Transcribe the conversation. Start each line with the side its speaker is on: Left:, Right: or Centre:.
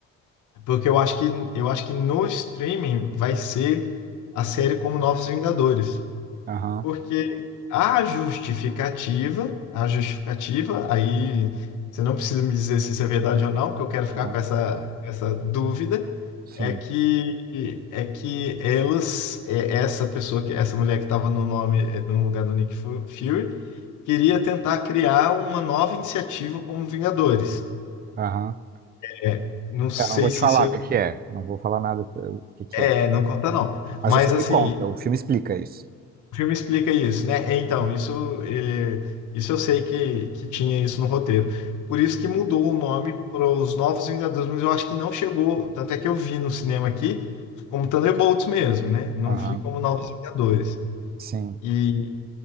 Left: porque eu acho que eu acho que no streaming vai ser a série como Novos Vingadores,
Right: Aham,
Left: porque a justificativa, a justificativa, aí você não precisa me dizer se isso é verdade ou não, porque eu quero ficar
Right: aham,
Left: com essa essa dúvida
Right: sim.
Left: É que é que elas, é, essa pessoa que essa mulher que estava no nome é, no lugar do Nick Fu- Fury queria tentar criar uma nova iniciativa como Vingadores.
Right: Aham.
Left: É, não sei
Right: Eu não vou
Left: se
Right: te falar
Left: isso
Right: o que que é. Não vou falar nada o que que
Left: é,
Right: é.
Left: é, não conta não.
Right: Mas
Left: Mas
Right: o filme
Left: assim,
Right: conta, o filme explica isso.
Left: o filme explica isso, né? É, Então, isso é, isso eu sei que que tinha isso no roteiro. Por isso que mudou o nome para os Novos Vingadores, mas eu acho que não chegou, tanto é que eu vi no cinema aqui como Thunderbolts mesmo, né? Não
Right: Aham,
Left: vi como Novos Vingadores.
Right: sim.
Left: E,